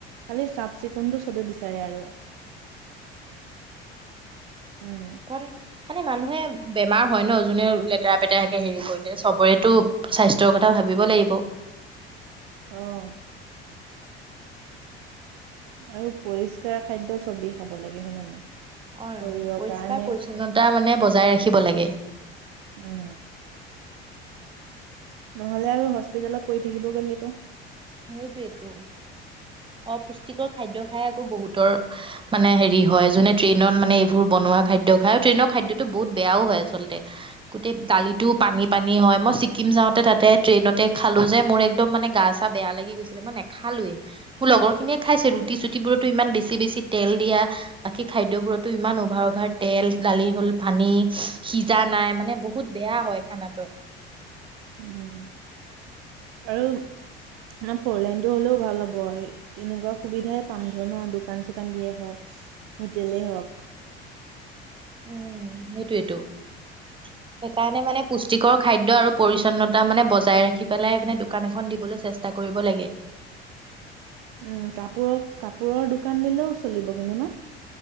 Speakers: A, on the right; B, on the right.
A: খালি চাফ-চিকুণটো চবেই বিচাৰে আৰু। উম।
B: ঘ মানে মানুহে <unintelligible> <inaudible> বেমাৰ হয় ন? জোনে-লেতেৰা পেতেৰাকে হেৰি কৰিলে, চবৰেতো স্বাস্থ্যৰ কথা ভাবিব লাগিব।
A: অহ' আৰু পৰিষ্কাৰ খাদ্য চবেই খাব লাগে, হয় নে নাই?
B: হয়।
A: শৰীৰৰ
B: পৰিষ্কাৰ
A: কাৰণে
B: পৰিছন্নতা মানে বজাই ৰাখিব- ৰাখিব লাগে।
A: উম' নহ'লে আৰু হস্পিতেলত পৰি থাকিবগে লাগিব।
B: সেইটোৱেটো। অপুষ্টিকৰ খাদ্য খাই আকৌ বহুতৰ- মানে হেৰি হয়- যোনে ট্ৰেইনত, মানে এইবোৰ বনোৱা খাদ্য খাই। আৰু ট্ৰেইনৰ খাদ্যটো বহুত বেয়াও হয় আচলতে, গোটেই দালিটো পানী পানী হয়। মই ছিক্কিম যাওঁতে তাতে ট্ৰেইনতে খালোঁ যে, মোৰ একদম- মানে গা বেয়া লাগি গৈছিলে, মই নেখালোৱে। মোৰ লগৰ খিনিয়ে খাইছে। ৰুটী চুটিবোৰতো ইমান বেছি-বেছি তেল দিয়া। বাকী খাদ্যবোৰতো ইমান অভাৰ-অভাৰ তেল। দালি হ'ল পানী, সিজা নাই। মানে বহুত বেয়া হয় খানাটো।
A: উম' আৰু আমাৰ ফ'ৰ লাইনতটো হ'লেও ভাল হ'ব তেনেকুৱা সুবিধাই পাম ন? দোকান- চোকান দিয়েই হওক, হোটেলেই হওক।
B: উম', সেইটোৱেইটো। সেইকাৰণে-মানে, পুষ্টিকৰ খাদ্য আৰু পৰিচ্ছন্নতা মানে বজাই ৰাখি পেলাই- মানে, দোকান এখন দিবলৈ চেষ্টা কৰিব লাগে।
A: উম', কাপোৰৰ কাপোৰৰ দোকান দিলেও চলিব কিন্তু ন?